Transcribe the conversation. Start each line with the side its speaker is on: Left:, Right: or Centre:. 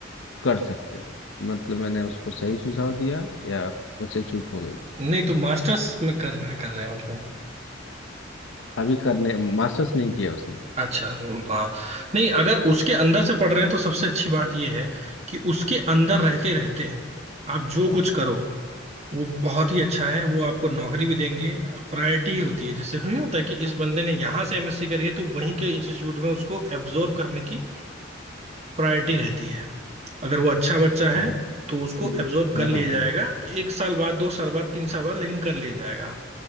Left: कर सकते हो मतलब मैंने उसको सही सुझाव दिया या मुझसे चूक हो गई
Right: नहीं तो मास्टर्स में कर कर रहे हैं मतलब
Left: अभी करने मास्टर्स नहीं किया उसने
Right: अच्छा हाँ नहीं अगर उसके अंदर से पढ़ रहे हैं तो सबसे अच्छी बात यह है कि उसके अंदर रहते रहते आप जो कुछ करो वो बहुत ही अच्छा है वो आपको नौकरी भी देंगे प्रायोरिटी होती है जैसे नहीं होता है कि इस बंदे ने यहाँ से एमएससी करी है तो वहीं के इंस्टीट्यूट में उसको एब्जॉर्ब करने की प्रायोरिटी रहती है अगर वो अच्छा बच्चा
Left: अच्छा
Right: है तो उसको
Left: ये
Right: एब्जॉर्ब कर
Left: हाँ
Right: लिया
Left: हाँ
Right: जाएगा
Left: हाँ
Right: एक साल बाद दो साल बाद तीन साल बाद लेकिन कर लिया जाएगा